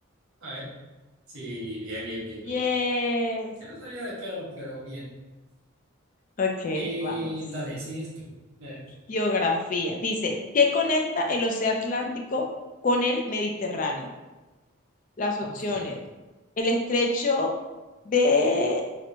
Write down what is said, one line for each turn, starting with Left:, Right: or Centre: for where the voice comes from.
Right: A ver. Sí, bien, bien, bien, bien.
Left: yes.
Right: Yo no sabía de perros, pero bien.
Left: Ok,
Right: Eh,
Left: vamos.
Right: dale, sigues tú. Dale.
Left: Geografía. Dice, ¿qué conecta el Océano Atlántico con el Mediterráneo? Las opciones.
Right: Ok,
Left: El estrecho de